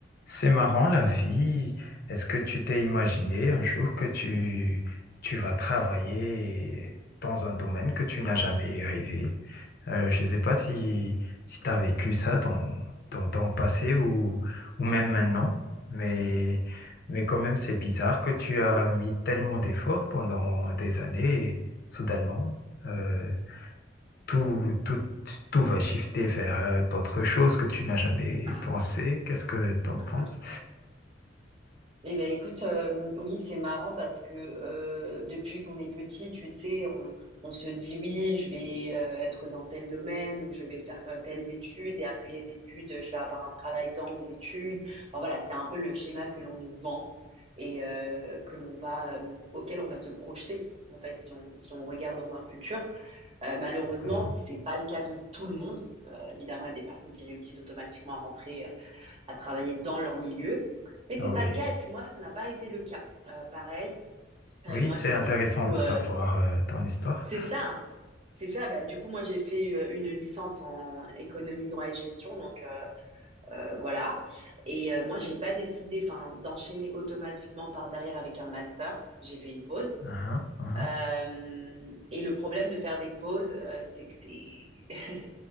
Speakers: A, on the left (about 55°); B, on the right (about 35°).
A: C'est marrant la vie. Est-ce que tu t'es imaginé un jour que tu, tu vas travailler dans un domaine que tu n'as jamais rêvé? Euh, je ne sais pas si, si tu as vécu ça dans, dans ton passé ou, ou même maintenant, mais, mais quand même c'est bizarre que tu as mis tellement d'efforts pendant des années et soudainement, euh, tout, tout, tout va shifter vers euh, d'autres choses que tu n'as jamais
B: Ah.
A: pensé. Qu'est-ce que tu en
B: <laughs>
A: penses,
B: Eh ben écoute, euh, oui, c'est marrant parce que euh, depuis qu'on est petit, tu sais, on, on se dit oui, je vais euh, être dans tel domaine ou je vais faire euh, telles études et après les études, euh, je vais avoir un travail dans mes études. Enfin voilà, c'est un peu le schéma que l'on nous vend et euh, que l'on va, euh, auquel on va se projeter. En fait, si on, si on regarde dans un futur, Euh, malheureusement,
A: justement?
B: c'est pas le cas de tout le monde. Euh, évidemment, il y a des personnes qui réussissent automatiquement à rentrer à travailler dans leur milieu. Mais c'est
A: Ah oui,
B: pas le cas. Et puis moi, ça n'a pas été le cas. Euh, pareil, euh,
A: oui,
B: moi
A: c'est
B: j'ai
A: intéressant
B: fait du coup,
A: de
B: euh,
A: savoir euh, ton histoire.
B: c'est ça. hein. C'est ça. Bah, du coup, moi j'ai fait euh, une licence en économie, droit et gestion. Donc euh, euh, voilà. Et euh, moi j'ai pas décidé, enfin, d'enchaîner automatiquement par derrière avec un master. J'ai fait une pause.
A: Uhum, uhum.
B: Euh, et le problème de faire des pauses, euh, c'est que c'est <laughs>